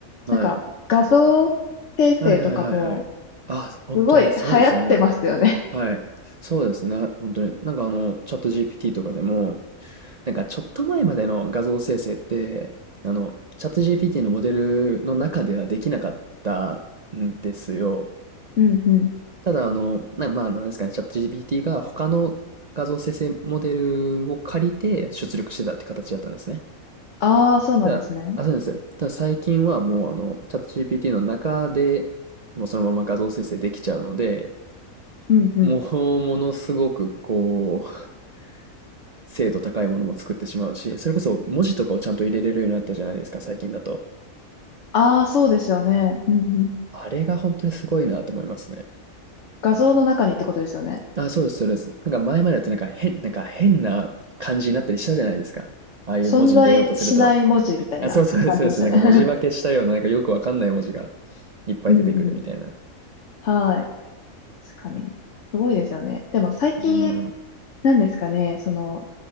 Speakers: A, on the right; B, on the left.
A: はい。
B: なんか画像生成とかも、
A: はいはいはいはい。あ、本当にそうですよね。
B: すごい流行ってますよね。
A: はい。そうですね。本当に。なんかあの、チャット GPT とかでも、なんかちょっと前までの画像生成って、あの、チャット GPT のモデルの中ではできなかったんですよ。
B: <laughs> うんうん。
A: ただあの、な、まあ、なんですかね、チャット GPT が他の画像生成モデルを借りて出力してたって形だったんですね。
B: ああ、そうなんですね。
A: ただ、あ、そうです。ただ最近はもうあの、チャット GPT の中でもうそのまま画像生成できちゃうので、
B: うんうん。
A: もうものすごくこう、精度高いものも作ってしまうし、それこそ文字とかをちゃんと入れれるようになったじゃないですか、最近だと。
B: ああ、そうですよね。うんうん。
A: あれが本当にすごいなって思いますね。
B: 画像の中にってことですよね。
A: あ、そうです、そうです。なんか前までだとなんか変、なんか変な感じになったりしたじゃないですか。ああいう文字入れようとすると。
B: 存在しない文字みたいな感じでしたね。
A: あ、そうそうです、そうです。なんか文字化けしたような、
B: <laughs>
A: なんかよくわかんない文字がいっぱい出てくるみたいな。
B: うんうん。はい。確かに。すごいですよね。でも最近、
A: うん。
B: なんですかね、その、